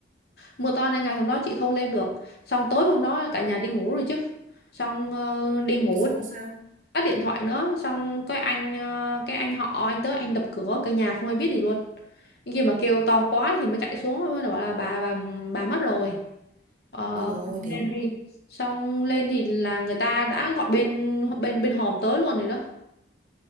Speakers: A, on the left; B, on the right.
A: mưa to nên ngày hôm đó chị không lên được xong tối hôm đó cả nhà đi ngủ rồi chứ xong ờ, đi ngủ
B: thế xong rồi sao
A: tắt điện thoại nữa xong cái anh ờ, cái anh họ anh tới anh đập cửa cả nhà không ai biết gì luôn nhưng khi mà kêu to quá thì mới chạy xuống mới bảo là bà bà bà mất rồi Ờ,
B: ôi dồi ôi
A: lên
B: thế
A: thì xong lên thì là người ta đã gọi bên bên bên hòm tới luôn rồi đó